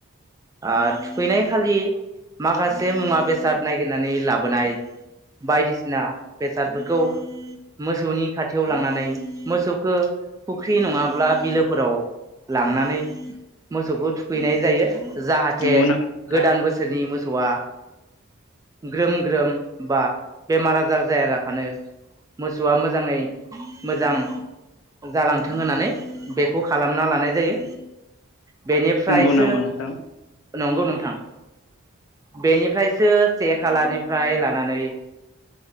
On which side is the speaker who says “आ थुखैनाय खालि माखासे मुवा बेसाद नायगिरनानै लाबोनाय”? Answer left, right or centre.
Right